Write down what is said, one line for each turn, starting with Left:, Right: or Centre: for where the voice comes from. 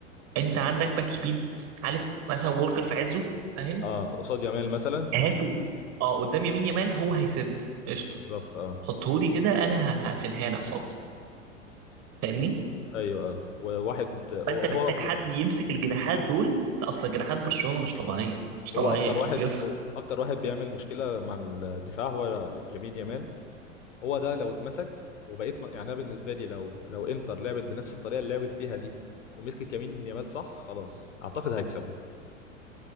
Right: انت عندك باك يمين عارف مثلا وولكر في عزه فاهم
Left: اه قصاد يامال مثلا
Right: هاته اه قدام يمين يامال هو هيسد قشطه
Left: بالظبط اه
Right: حطهولي كده انا هقفلها لك خالص فاهمني
Left: ايوه اه وواحد هو
Right: فانت
Left: هو
Right: محتاج حد يمسك الجناحات دول اصل جناحات برشلونه مش طبيعيه مش طبيعيه
Left: هو اكتر
Right: يخرب
Left: واحد
Right: بيوت
Left: هو اكتر واحد بيعمل مشكله مع الدفاع هو يمين يامال هو ده لو اتمسك وبقيت م- يعني انا بالنسبه لي لو لو انتر لعبت بنفس الطريقه اللي لعبت بيها دي ومسكت يمين يامال صح خلاص اعتقد هيكسبوا